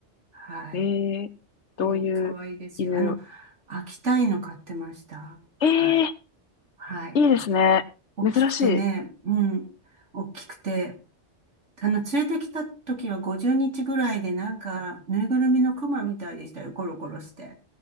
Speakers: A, on the right; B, on the left.
A: はい。
B: ええー、
A: えー、
B: どういう犬、
A: かわいいですよ。あの、秋田犬飼ってました。はい。
B: ええー
A: はい。
B: いいですね。
A: 大きくてね、
B: 珍しい。
A: うん、大きくて、あの、連れてきた時は50日ぐらいで、なんか、ぬいぐるみのクマみたいでしたよ、コロコロして。